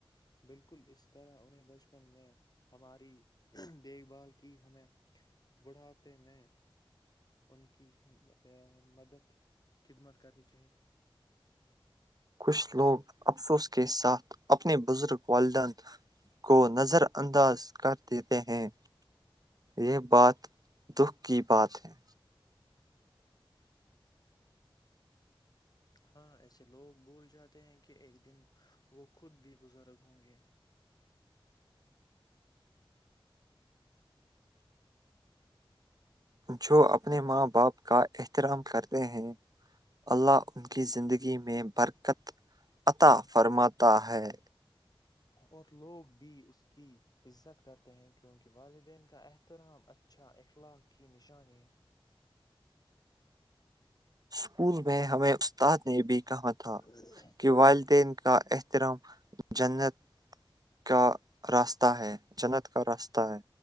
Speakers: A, on the left; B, on the right.
A: بالکل اس طرح انہیں بچپن میں ہماری دیکھ بھال کی ہمیں بڑھاپے میں ان کی مدد خدمت کرنی چاہیے
B: کچھ لوگ افسوس کے ساتھ اپنے بزرگ والدین کو نظر انداز کر دیتے ہیں یہ بات دکھ کی بات ہے
A: ہاں ایسے لوگ بھول جاتے ہیں کہ ایک دن وہ خود بھی بزرگ ہوں گے
B: جو اپنے ماں باپ کا احترام کرتے ہیں اللہ ان کی زندگی میں برکت عطا فرماتا ہے
A: اور لوگ بھی اس کی عزت کرتے ہیں کیونکہ والدین کا احترام اچھا اخلاق کی نشانی
B: اسکول میں ہمیں استاد نے بھی کہاں تھا
A: ہے
B: کہ والدین کا احترام جنت کا راستہ ہے جنت کا راستہ
A: یہ
B: ہے